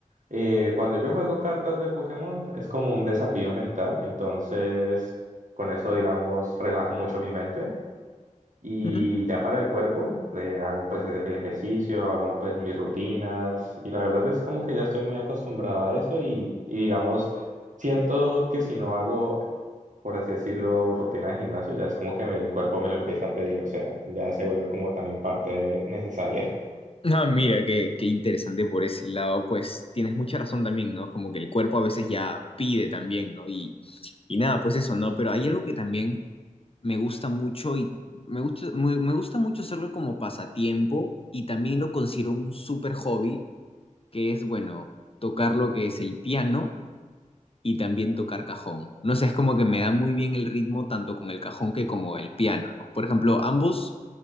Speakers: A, on the right (about 65°); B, on the left (about 45°).
A: eh, cuando yo juego cartas de Pokémon es como un desafío mental, entonces con eso, digamos, relajo mucho mi mente y
B: Ujú.
A: ya para el cuerpo eh, hago pues e- el ejercicio, hago pues mis rutinas y la verdad es como que ya estoy muy acostumbrado a eso y, y digamos, siento que si no hago, por así decirlo, rutina de gimnasio, ya es como que me- el cuerpo me lo empieza a pedir, o sea, ya se vuelve como también parte necesaria.
B: Ah, mira, qué, qué interesante por ese lado, pues tienes mucha razón también, ¿no? Como que el cuerpo a veces ya pide también, ¿no? Y, y nada, pues eso, ¿no? Pero hay algo que también me gusta mucho y me gusta, me, me gusta mucho hacerlo como pasatiempo y también lo considero un súper hobby, que es, bueno, tocar lo que es el piano y también tocar cajón. No sé, es como que me da muy bien el ritmo tanto con el cajón que como el piano, ¿no? Por ejemplo, ambos,